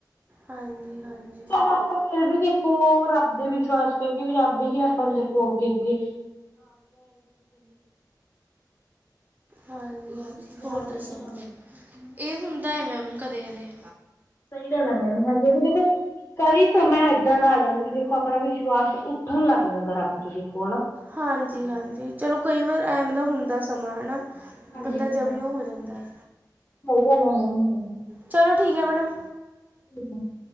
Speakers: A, on the right; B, on the left.
A: ਹਾਂਜੀ- ਹਾਂਜੀ।
B: ਆਪਾਂ ਫੇਰ ਵੀ ਦੇਖੋ, ਰੱਬ ਦੇ ਵਿਸ਼ਵਾਸ ਕਰਕੇ ਵੀ, ਰੱਬ ਹੀ ਆਪਾਂ ਦੇਖੋ ਅੱਗੇ -ਅੱਗੇ
A: ਹਾਂਜੀ -ਹਾਂਜੀ।
B: ਜ਼ਿਆਦਾ
A: ਹੋਰ ਦੱਸੋ,
B: ਹੀ ਹਾਂਜੀ
A: ਏਹ ਹੁੰਦਾ ਐ, ਮੈਮ ਕਦੇ- ਕਦੇ।
B: ਸਈ ਗੱਲ ਐ ਮੈਡਮ ਹਾਂਜੀ, ਓ ਦੇਖੋ ਕਈ ਸਮਾਂ ਇੱਦਾਂ ਦਾ ਆ ਜਾਂਦਾ ਬੀ ਦੇਖੋ ਆਪਣਾ ਵਿਸ਼ਵਾਸ ਉੱਠ ਉੱਠਣ ਲੱਗ ਜਾਂਦਾ ਰਾਤ ਤੁਸੀ ਕੋਲ
A: ਹਾਂਜੀ ਹਾਂਜੀ ਚਲੋ ਕਈ ਵਾਰ ਐਮ ਦਾ ਹੁੰਦਾ ਸਮਾਂ ਹਨਾ
B: ਹਾਂਜੀ
A: ਬੰਦਾ
B: ਹਾਂ।
A: ਜਮੀ ਓ ਹੋ ਜਾਂਦਾ ਏ
B: ਸਹੀ ਗੱਲ ਐ ਮੈਡਮ ਹਾਂਜੀ
A: ਚਲੋ ਠੀਕ ਐ ਮੈਡਮ
B: <inaudible>